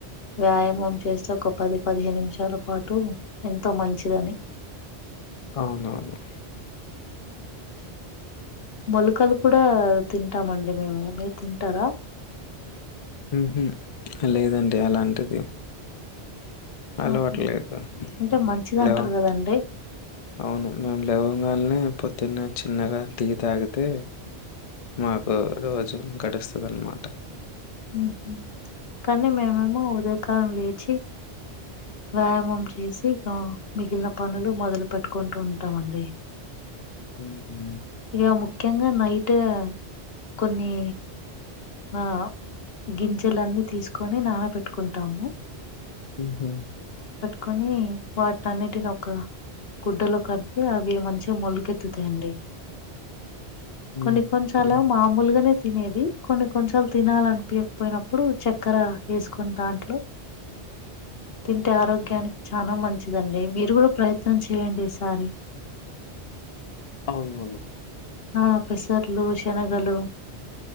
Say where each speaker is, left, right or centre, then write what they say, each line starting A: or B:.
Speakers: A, on the left; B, on the left.
A: వ్యాయామం చేస్తే ఒక పది పదిహేను నిమిషాల పాటు ఎంతో మంచిదని
B: అవునవును
A: మొలకలు కూడా తింటామండి మేము మీరు తింటారా
B: ఉహు లేదండి అలాంటిది అల్వాటు
A: ఆహా
B: లేదు హలో
A: అంటే మంచిది అంటారు కదండి
B: అవును మేము లేవంగాల్నే పొద్దున్న చిన్నగా టీ తాగితే మాకు రోజు గడుస్తది ఆన్నమాట
A: ఉహు కానీ మేమేమో ఉదయకారం లేచి వ్యాయామం చేసి నో మిగిలిన పనులు మొదలు పెట్టుకుంటూ ఉంటామండి
B: హుహు.
A: ఇగా ముఖ్యంగా నైట్ కొన్ని ఆ గింజలన్నీ తీసుకొని నానబెట్టుకుంటాము
B: ఉహు
A: కాని వాటి అన్నిటిని ఓక గుడ్డలో కడితే అవి మంచిగా మొలికెత్తుతాయి అండి
B: అవునా!
A: కొన్ని కొన్ని సార్లు
B: హ్మ్.
A: మామూలుగానే తినేది కొన్ని కొన్నీ సార్లు తినాలనిపియకపోయినప్పుడు చక్కెర వేసుకొని దాంట్లో తింటే ఆరోగ్యానికి చానా మంచిదండి మీరు కూడా ప్రయత్నం చేయండి ఈసారి
B: అవునవును
A: ఆ పెసర్లు, శనగలు